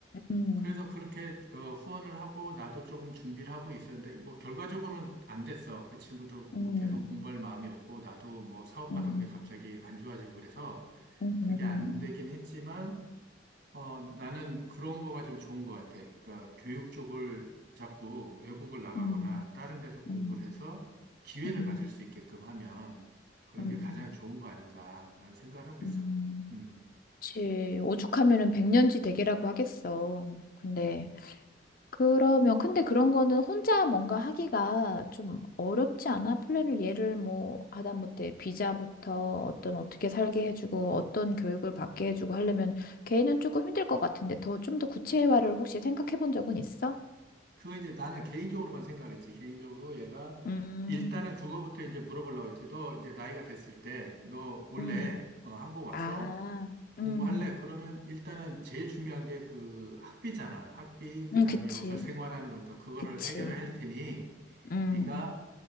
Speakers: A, on the left; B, on the right.
A: 음,
B: 그래서 그렇게 어, 후원을 하고 나도 조금 준비를 하고 있었는데 뭐 결과적으로는 안 됐어. 그 친구도 뭐
A: 음,
B: 계속 공부할 마음이 없고 나도 뭐 사업하던
A: 음,
B: 게 갑자기 안 좋아지고 그래서
A: 음,
B: 그게
A: 음,
B: 안 되긴 했지만 어 나는 그런 거가 좀 좋은 것 같아. 그러니까 교육 쪽을 자꾸 외국을 나가거나
A: 음,
B: 다른 데서 공부를
A: 음,
B: 해서 기회를
A: 음,
B: 가질 수 있게끔 하면 그런
A: 음,
B: 게 가장 좋은 거 아닌가라는 생각을 하고 있어.
A: 음.
B: 음.
A: 그치. 오죽하면은 백년지 대계라고 하겠어. 근데 그러면 근데 그런 거는 혼자 뭔가 하기가 좀 어렵지 않아? 플랜을 얘를 뭐 하다못해 비자부터 어떤 어떻게 살게 해주고 어떤 교육을 받게 해주고 하려면 걔는 조금 힘들 것 같은데 더 좀 더 구체화를 혹시 생각해 본 적은 있어?
B: 그거 이제 나는 개인적으로만 생각을 했지. 개인적으로 얘가
A: 음,
B: 일단은 그거부터 이제 물어보려고 했지. 너 이제 나이가 됐을 때 너 원래
A: 음,
B: 어, 한국 와서
A: 아,
B: 공부할래?
A: 음,
B: 그러면 일단은 제일 중요한 게 그 학비잖아. 학비, 그
A: 음,
B: 다음에
A: 그치,
B: 여기서 생활하는 거니까 그거를
A: 그치,
B: 해결을 할 테니
A: 음,
B: 네가